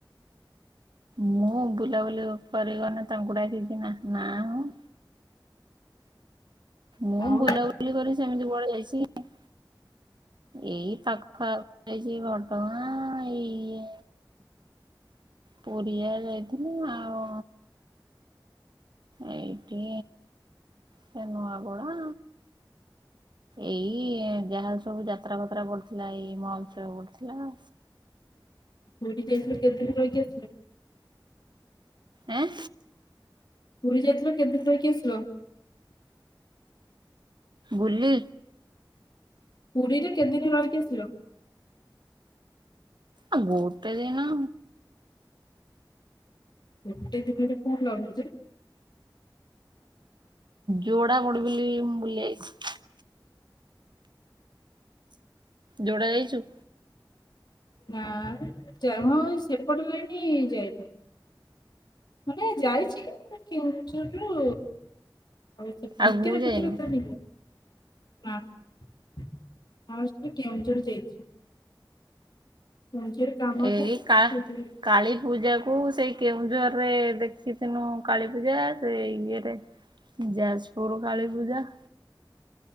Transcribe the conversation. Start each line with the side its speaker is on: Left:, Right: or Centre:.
Right: ମୁଁ ବୁଲାବୁଲି କରିିଗନେ ତାଙ୍କୁ ଡାକିଛି ନା ନା ମ।
Left: ନା
Right: ମୁଁ
Left: ଆଉ
Right: ବୁଲାବୁଲି କରି ସେମିତି କୁଆଡେ ଯାଇଛି କି। ଏଇ ପାଖ ଆଖ ଯାଇଛି ଘଟଗାଁ ଏଇ ପୁରି ଆ ଯାଇଥିଲି ଆଉ ଏଇଟି ସେ ନୂଆ ପଡ଼ା। ଏଇ ଯାହା ସବୁ ଯାତ୍ରା ଫାତ୍ରା ପଡଥିଲା ଏଇ ମହୋତ୍ସବ ପଡଥିଲା।
Left: ପୁରୀ ଯାଇଥିଲୁ କେତେ ଦିନ ରହିକି ଆସିଲୁ?
Right: ଏଁ।
Left: ପୁରୀ ଯାଇଥିଲୁ କେତେ ଦିନ ରହିକି ଆସିଲୁ?
Right: ବୁଲି।
Left: ପୁରୀରେ କେତେଦିନ ରହିିକି ଆସିଲ?
Right: ଆ ଗୋଟେ ଦିନ।
Left: ଗୋଟେ ଦିନ ରେ କଣ ଲାଭ ଯେ?
Right: ଯୋଡା ବଡବିଲ ବୁଲି ଆଇଚୀ। ଯୋଡ଼ା ଯାଇଚୁ?
Left: ନା <unintelligible> ସେପଟ ଲାଇନ୍ ଯାଇନି। ମାନେ ଯାଇଛି କେଉଁଝରରୁ ଆଉ ଭିତରେ
Right: ଆଗକୁ ଯାଇନୁ
Left: ଭିତରେ ତାନ ନା ଫାଷ୍ଟେ କେଉଁଝର ଯାଇଛି। ମୋଝିଅର କାମ
Right: ଏଇ
Left: ଥାଏତ
Right: କା
Left: ସେଥିଲାଗି
Right: କାଳୀ ପୂଜାକୁ ସେଇଁ କେଉଁଝରରେ ଦେଖିଥିନୁ କାଳୀପୂଜା ସେଇଏରେ ଯାଜପୁର କାଳୀପୂଜା